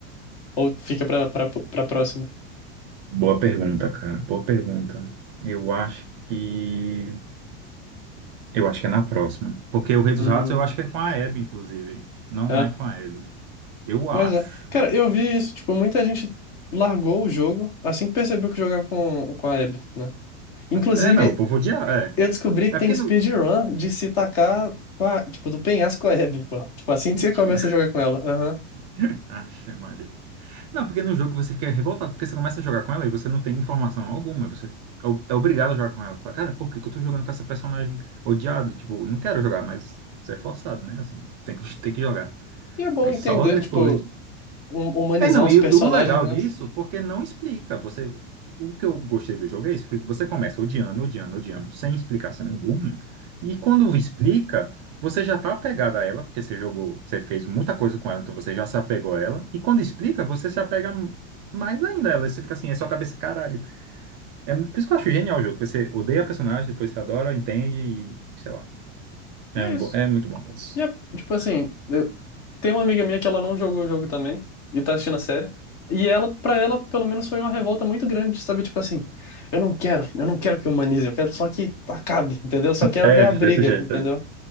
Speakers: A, on the left; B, on the right.
A: Ou fica pra, pra, pra próxima?
B: Boa pergunta, cara. Boa pergunta. Eu acho que. Eu acho que é na próxima. Porque o Rei dos
A: Hum.
B: Ratos eu acho que é com a Abby, inclusive. Não
A: É?
B: é com a Ellie. Eu acho,
A: Mas é. Cara,
B: velho.
A: eu vi isso, tipo, muita gente largou o jogo assim que percebeu que jogava com, com a Abby, né? Inclusive,
B: É, não, o povo odiar. É.
A: eu descobri que
B: É
A: tem
B: porque
A: speedrun
B: não.
A: de se tacar, com a- tipo, do penhasco com a Abby, pô. Tipo, assim
B: Mentira.
A: que você começa a jogar com ela. Aham.
B: <laughs> Ache, Maria. Não, porque no jogo você fica revoltado, porque você começa a jogar com ela e você não tem informação alguma, você é o- é obrigado a jogar com ela. Você fala, cara, por que que eu tô jogando com essa personagem odiado? Tipo, não quero jogar, mas você é forçado, né? Assim, tem que, <laughs> tem que jogar.
A: E é bom
B: Mas
A: entender,
B: só depois.
A: tipo, hum- humanizar
B: É, não,
A: os
B: e
A: personagens,
B: o legal
A: né?
B: disso, porque não explica. Você, o que eu gostei do jogo é isso, que você começa odiando, odiando, odiando, sem explicação nenhuma, e quando explica, você já tá apegado a ela, porque você jogou, você fez muita coisa com ela, então você já se apegou a ela, e quando explica, você se apega mais ainda a ela, você fica assim, é sua cabeça, caralho. É muito- por isso que eu acho genial o jogo, porque você odeia a personagem, depois você adora, entende, e sei lá. É,
A: é
B: um,
A: isso.
B: bo- é muito bom. isso.
A: E é, tipo assim, Tem uma amiga minha que ela não jogou o jogo também e tá assistindo a série. E ela, para ela, pelo menos foi uma revolta muito grande de saber, tipo assim, eu não quero, eu não quero que humanize, eu quero só que acabe, entendeu? Eu só quero
B: É,
A: ver a briga,
B: desse jeito.
A: entendeu?